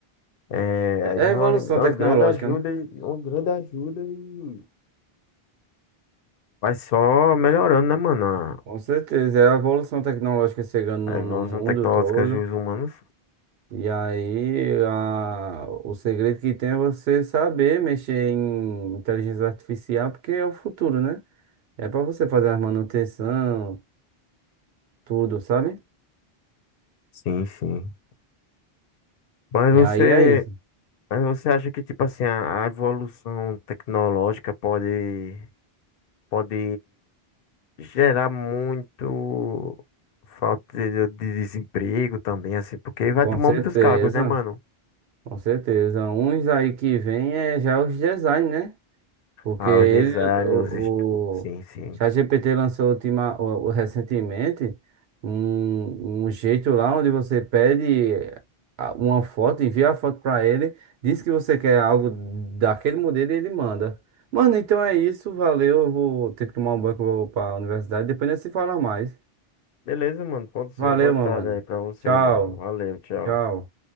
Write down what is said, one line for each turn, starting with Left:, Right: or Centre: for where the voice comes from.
Left: é,
Right: É
Left: já
Right: a evolução
Left: é uma, uma
Right: tecnológica,
Left: grande ajuda,
Right: né?
Left: e uma grande ajuda e. Vai só melhorando, né, mano? A
Right: Com certeza, é a evolução tecnológica chegando
Left: a
Right: no,
Left: evolução
Right: no mundo
Left: tecnológica
Right: todo.
Left: dos humanos.
Right: E aí, a- o segredo que tem é você saber mexer em inteligência artificial, porque é o futuro, né? É pra você fazer a manutenção, tudo, sabe?
Left: Sim, sim. Mas
Right: E
Left: você,
Right: aí é isso.
Left: mas você acha que, tipo assim, a, a evolução tecnológica pode, pode gerar muito falta de, de desemprego também, assim, porque vai
Right: Com
Left: tomar
Right: certeza,
Left: muitos cargos, né, mano?
Right: com certeza. Uns aí que vem é já os design, né? Porque
Left: Ah,
Right: ele,
Left: os designers,
Right: o,
Left: estu- sim,
Right: o
Left: sim.
Right: ChatGPT lançou ultima, o, o- recentemente um, um jeito lá onde você pede a- uma foto, envia a foto para ele, diz que você quer algo daquele modelo e ele manda. Mano, então é isso, valeu. Eu vou ter que tomar um banho que eu vou para a universidade. Depois nós se fala mais.
Left: Beleza, mano. Pode ser.
Right: Valeu,
Left: Boa tarde
Right: meu mano.
Left: aí pra você,
Right: Tchau,
Left: mano. Valeu, tchau.
Right: tchau.